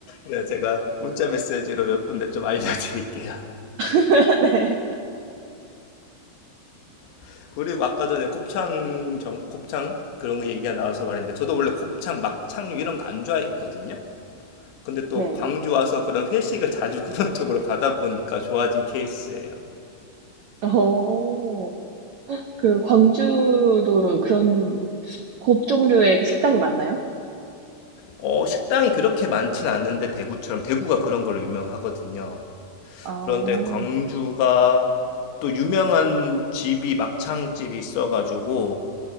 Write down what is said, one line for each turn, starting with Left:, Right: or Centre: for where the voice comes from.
Left: 네, 제가 문자 메시지로 몇 군데 좀 알려드릴게요.
Right: <laughs> 네.
Left: <laughs> 그리고 아까 전에 곱창 정- 곱창 그런 거 얘기가 나와서 말인데 저도 원래 곱창, 막창류 이런 거 안 좋아했거든요. 근데 또
Right: 네.
Left: 광주 와서 그런 회식을 자주 <laughs> 그런 쪽으로 가다 보니까 좋아진 케이스예요.
Right: 어, 그, 광주도 그런 곱 종류의 식당이 많나요?
Left: 어, 식당이 그렇게 많지는 않는데 대구처럼 대구가 그런 걸로 유명하거든요.
Right: 아, 어,
Left: 그런데 광주가 또 유명한 집이 막창집이 있어가지고